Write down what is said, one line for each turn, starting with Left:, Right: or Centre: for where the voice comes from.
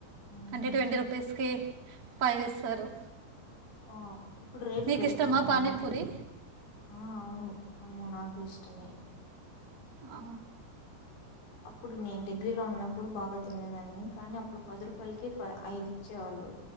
Left: హ్మ్.
Right: అంటే ట్వంటీ రూపీస్కి ఫైవ్ ఇస్తారు
Left: ఆ! ఇప్పుడు రేట్లు
Right: నీకిష్టమా
Left: పెరిగిపోయాయా?
Right: పానీపూరి
Left: ఆ అవును అమ్మో నాకు ఇష్టమే
Right: ఆ
Left: అప్పుడు నేను డిగ్రీలో ఉన్నప్పుడు బాగా తినేదాన్ని. కానీ అప్పుడు పది రూపాయలకి ఫై ఐదిచ్చేవాళ్ళు.